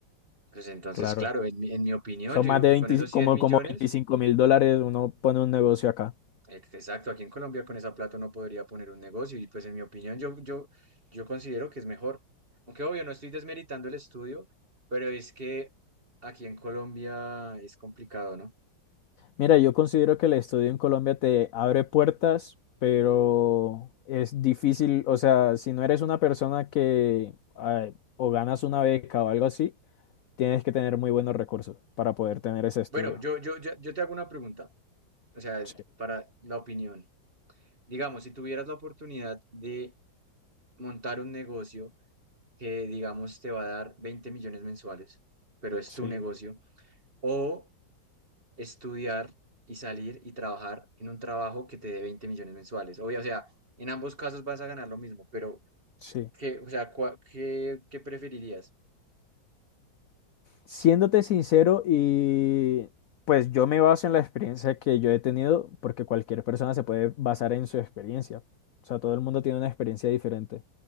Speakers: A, on the right; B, on the left.
A: Pues entonces,
B: claro.
A: claro, en mi, en mi opinión,
B: Son
A: yo
B: más
A: digo
B: de
A: que
B: 20,
A: con esos cien
B: como,
A: millones
B: como veinticinco mil dólares, uno pone un negocio acá.
A: Ex- Exacto, aquí en Colombia con esa plata uno podría poner un negocio y pues en mi opinión yo, yo, yo considero que es mejor. Aunque obvio, no estoy desmeritando el estudio, pero es que aquí en Colombia es complicado, ¿no?
B: Mira, yo considero que el estudio en Colombia te abre puertas, pero es difícil, o sea, si no eres una persona que ay, o ganas una beca o algo así, tienes que tener muy buenos recursos para poder tener ese estudio.
A: Bueno, yo, yo, yo, yo te hago una pregunta, o sea,
B: Sí,
A: para la opinión. Digamos, si tuvieras la oportunidad de montar un negocio que, digamos, te va a dar 20 millones mensuales, pero es
B: sí,
A: tu negocio, o estudiar y salir y trabajar en un trabajo que te dé 20 millones mensuales. Obvio, o sea, en ambos casos vas a ganar lo mismo, pero
B: sí.
A: ¿qué, o sea, cua- qué, qué preferirías?
B: Siéndote sincero y pues yo me baso en la experiencia que yo he tenido porque cualquier persona se puede basar en su experiencia. O sea, todo el mundo tiene una experiencia diferente.